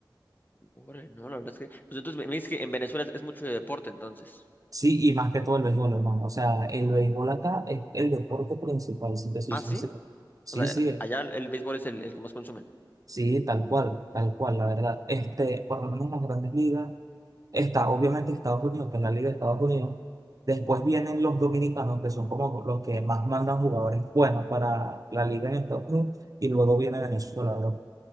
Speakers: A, on the left (about 25°); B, on the right (about 45°).
A: órale, no, la verdad es que... Pues entonces me, me dices que en Venezuela es es mucho de deporte, entonces.
B: Sí, y más que todo el béisbol, hermano. O sea, el béisbol acá es el deporte principal, si te soy
A: ¿Ah,
B: sincero.
A: sí?
B: Sí,
A: O sea,
B: sí,
A: allá el béisbol es el, el que más consumen.
B: sí, tal cual, tal cual, la verdad. Este, por lo menos en las grandes ligas. Está obviamente Estados Unidos, que es la Liga de Estados Unidos. Después vienen los dominicanos, que son como los que más mandan jugadores buenos para la Liga en Estados Unidos. Y luego viene Venezuela, bro.